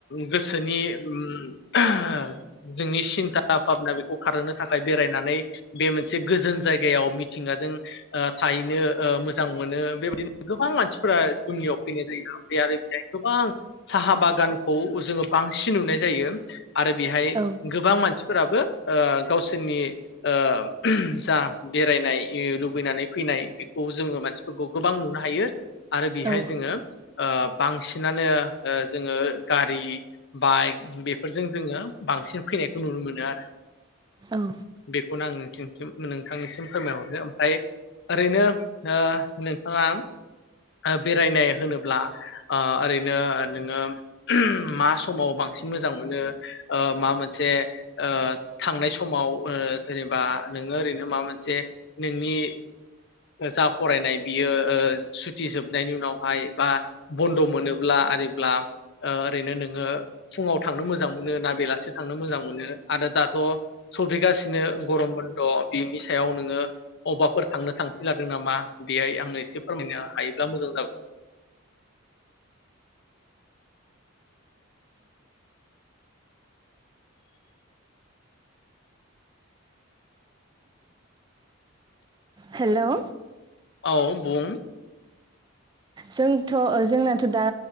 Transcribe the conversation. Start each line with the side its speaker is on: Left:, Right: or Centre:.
Left: गोसोनि ओम नोंनि सिन्था भाबना बेखौ खारहो थाखाय बेरायनानै बे मोनसे गोजोन जायगायाव मिथिंगाजों ओ थाहैनो ओ मोजां मोनो बेबायदिनो गोबां मानसिफोरा दुमनियाव फैनाय जायो ओमफाय आरो बेहाय गोबां साहा बाग गानखौ जोङो बांसिन नुनाय जायो आरो बेहाय
Right: औ
Left: गोबां मानसि फोराबो ओ गावसोरनि ओ जा बेरायनाय लुबैनानै फैनाय बेखौ जोङो मानसिफोरखौ गोबां नुनो हायो। आरो बेहाय
Right: औ
Left: जोङो ओ बांसिनानो ओ जोङो गारि बाइक बेफोरजों जोङो बांसिन फैनायखौ नुनो मोनो आरो
Right: औ
Left: बेखौनो आं नोंथि नोंथांनिसिम फोरमायहरदो ओमफ्राय ओरैनो ओ नोंथाङा ओ बेरायनाय होनोब्ला ओ ओरैनो नोङो मा समाव बांसिन मोजां मोनो ओ माबा ओ मोनसे ओ थांनाय समाव ओ जेनेबा नोङो ओरैनो मा मोनसे नोंनि जा फरायनाय बियो सुथि जोबनायनि उनावहाय बा बन्द मोनोब्ला आरोब्ला ओरैनो नोङो फुङाव थांनो मोजां मोनो ना बेलासि थांनो मोजां मोनो आरो दाथ सबिगासिनो गरम बन्द बिनि सायाव नोङो अबबाफोर थांनो थां खि लादों नामा बेहाय आङो एसे फोरमायनो हायोब्ला मोजां जागौ
Right: हेलौ
Left: औ बुं
Right: जोंथ जोंनाथ दा